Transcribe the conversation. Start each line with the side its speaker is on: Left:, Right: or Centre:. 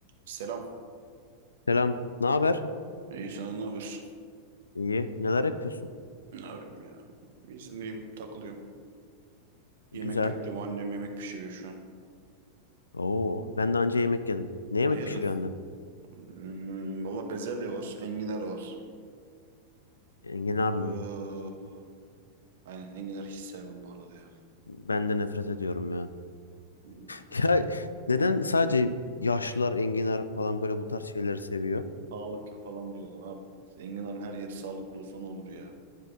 Right: Selam.
Left: Selam. Ne haber?
Right: İyi sana ne haber?
Left: İyi. Neler yapıyorsun?
Right: Ne yapayım ya? İzindeyim, takılıyorum. Yemek
Left: Güzel.
Right: bekliyorum. Annem yemek pişiriyor şu an.
Left: Oo, ben de anca yemek yedim. Ne yemek
Right: Ne yedin?
Left: pişiriyor annen?
Right: Hmm, valla bezelye var. Enginar var.
Left: Enginar
Right: Ee,
Left: mı?
Right: aynen enginar hiç sevmem bu arada ya.
Left: Ben de nefret ediyorum ya.
Right: Hmm,
Left: <laughs> Ya neden sadece yaşlılar enginar falan böyle bu tarz şeyleri seviyor?
Right: Sağlıklı falan diyorlar abi. Enginarın her yeri sağlıklı olsa ne olur ya.